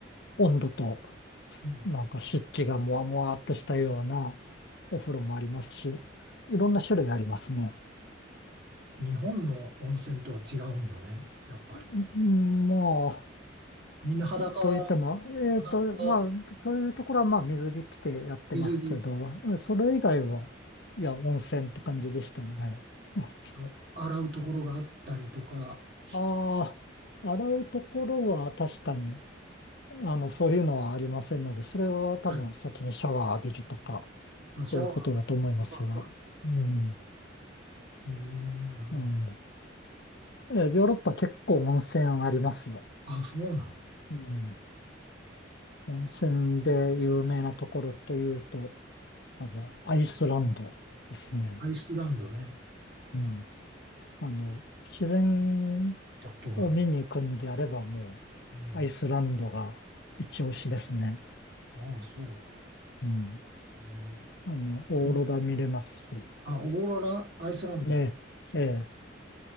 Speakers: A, on the left; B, on the right.
A: 温度と、
B: うん
A: なんか湿気がもわもわっとしたようなお風呂もありますし、いろんな種類ありますね。
B: 日本の温泉とは違うんよね、やっぱり。
A: うんまあ
B: みんな裸、
A: と言っても、えっと、
B: 裸
A: まあ、そういうところは、まあ、水着着てやってますけど、
B: 水着、
A: それ以外は、いや、温泉って感じでしたよね。<laughs>
B: あの洗うところがあったりとかして、
A: ああ、洗うところは確かに、あの、そういうのはありませんので、それは多分先にシャワー浴びるとか、
B: は
A: そういうことだと思いますが。
B: い、シャワーとかは
A: うん、
B: うーん、なるほど
A: うん。え、ヨーロッパ結構温泉ありますよ。
B: あ、そうなんだ。
A: うん。温泉で有名なところというと、まずはアイスランドですね。
B: アイスランドね。
A: うん。
B: あ、っ
A: あの、自然
B: てことがある。
A: を見に行くんであればも
B: うん、
A: う、アイスランドが一押しですね。
B: ああ、そ
A: うん。
B: う。えー、
A: あの、オーロラ見れますし、
B: うんああそうえほんあオーロラ、アイスランド。
A: ねえ、
B: そっか。
A: え